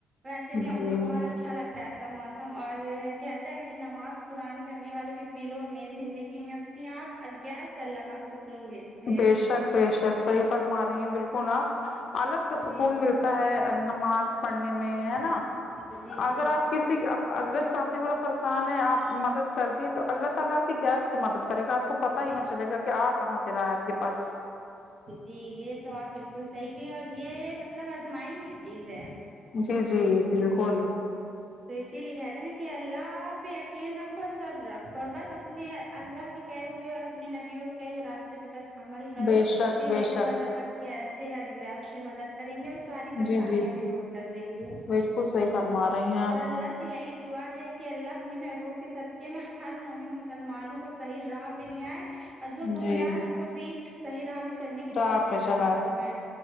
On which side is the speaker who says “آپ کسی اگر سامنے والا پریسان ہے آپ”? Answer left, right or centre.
Left